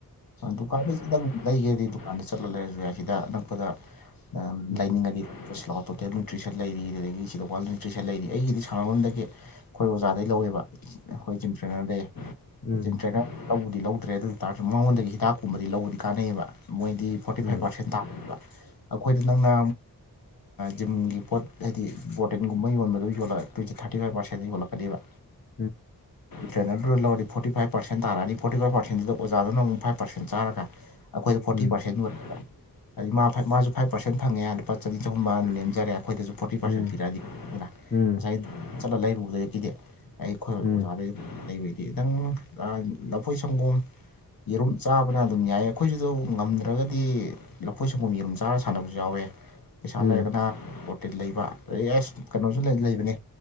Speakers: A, on the left (about 65°); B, on the left (about 25°).
A: ꯗꯨꯀꯥꯟꯗ ꯈꯤꯇꯪ ꯂꯩꯒꯦꯗꯤ ꯗꯨꯀꯥꯟꯗ ꯆꯠꯂ ꯂꯩꯔꯁꯨ ꯌꯥꯏ ꯁꯤꯗ ꯑꯅꯛꯄꯗ ꯃꯌꯥꯝ
B: ꯎꯝ
A: ꯂꯥꯏꯅꯤꯡ ꯉꯗꯤ ꯂꯥꯎ ꯇꯣꯇꯦꯜ ꯅ꯭ꯌꯨꯇ꯭ꯔꯤꯁꯟ ꯂꯩꯔꯤ ꯑꯗꯨꯗꯒꯤ ꯁꯤꯗ ꯋꯥꯋꯦꯜ ꯅ꯭ꯌꯨꯇ꯭ꯔꯤꯁꯟ ꯂꯩꯔꯤ ꯑꯩꯒꯤꯗꯤ ꯁꯥꯟꯅꯐꯝꯗꯒꯤ ꯑꯩꯈꯣꯏ ꯑꯣꯖꯥꯗꯩ ꯂꯧꯋꯦꯕ ꯑꯩꯈꯣꯏ ꯖꯤꯝ ꯇ꯭ꯔꯦꯅꯔꯗꯩ
B: ꯎꯝ
A: ꯖꯤꯝ ꯇꯔꯦꯟꯅꯔ ꯂꯧꯕꯨꯗꯤ ꯂꯧꯗ꯭ꯔꯦ ꯑꯗꯨ ꯑꯣꯏ ꯇꯥꯔꯁꯨ ꯃꯉꯣꯟꯗꯒꯤ ꯍꯤꯗꯥꯛꯀꯨꯝꯕꯗꯤ ꯂꯧꯕꯗꯤ ꯀꯥꯟꯅꯩꯕ ꯃꯣꯏꯗꯤ ꯐꯣꯔꯇꯤ
B: ꯎꯝ
A: ꯐꯥꯏꯚ ꯄꯥꯔꯁꯦꯟ ꯇꯥꯕꯅꯦꯕ ꯑꯩꯈꯣꯏꯗ ꯅꯪꯅ ꯖꯤꯝꯒꯤ ꯄꯣꯠ ꯍꯥꯏꯗꯤ ꯕꯣꯔꯇꯤꯟꯒꯨꯝꯕ ꯌꯣꯟꯕꯗꯨ ꯌꯣꯜꯂꯛ ꯊꯥꯔꯇꯤ ꯐꯥꯏꯚ ꯄꯥꯔꯁꯦꯟꯗ ꯌꯣꯜꯂꯛꯀꯅꯤꯕ
B: <inaudible>
A: ꯇ꯭ꯔꯦꯟꯅꯔꯗꯨꯗ ꯂꯧꯔꯗꯤ ꯐꯣꯔꯇꯤ ꯐꯥꯏꯚ ꯄꯥꯔꯦꯟ ꯇꯔꯛꯑꯅꯤ ꯐꯣꯔꯇꯤ ꯐꯥꯏꯚ ꯄꯥꯔꯁꯦꯟꯗꯨꯗ ꯑꯣꯖꯥꯅ ꯑꯃꯨꯛ ꯐꯥꯏꯚ ꯄꯥꯔꯁꯦꯟ ꯆꯥꯔꯒ ꯑꯩꯈꯣꯏꯗ ꯐꯣꯔꯇꯤ
B: ꯎꯝ
A: ꯄꯥꯔꯁꯦꯟ ꯌꯣꯠ ꯍꯥꯏ ꯢ ꯃꯥ ꯐꯥꯏꯚ ꯃꯥꯁꯨ ꯐꯥꯏꯚ ꯄꯥꯔꯁꯦꯟ ꯐꯪꯉꯦ ꯂꯨꯄꯥ ꯆꯅꯤ ꯆꯍꯨꯝ ꯃꯅ ꯂꯦꯝꯖꯔꯦ ꯑꯈꯣꯏꯗꯁꯨ ꯐꯣꯔꯇꯤ ꯄꯥꯔꯁꯦꯟ
B: ꯎꯝ
A: ꯄꯤꯔꯛꯑꯅꯤ ꯑꯗꯨꯅ
B: ꯎꯝ ꯎꯝ
A: ꯉꯁꯥꯏ ꯆꯠꯂ ꯂꯩꯔꯨꯕꯗꯒꯤꯗꯤ ꯑꯩꯈꯣꯏ
B: ꯎꯝ
A: ꯑꯣꯖꯥꯗꯒꯤ ꯂꯩꯕꯩꯗꯤ ꯅꯪ ꯑꯥ ꯂꯐꯣꯏ ꯁꯪꯒꯣꯝ ꯌꯦꯔꯨꯝ ꯆꯥꯕꯅ ꯑꯗꯨꯝ ꯌꯥꯏ ꯑꯩꯈꯣꯏꯁꯨ ꯑꯗꯨ ꯉꯝꯗ꯭ꯔꯒꯗꯤ ꯂꯐꯣꯏ ꯁꯪꯒꯣꯝ ꯌꯦꯔꯨꯝ ꯆꯥꯔ ꯁꯥꯟꯅꯕꯁꯨ ꯌꯥꯎꯋꯦ ꯄꯩꯁꯥ
B: ꯎꯝ
A: ꯂꯩꯔꯒꯅ ꯂꯩꯕ ꯑꯩ ꯑꯦꯁ ꯀꯩꯅꯣꯁꯨ ꯂꯩ ꯂꯩꯕꯅꯦ꯫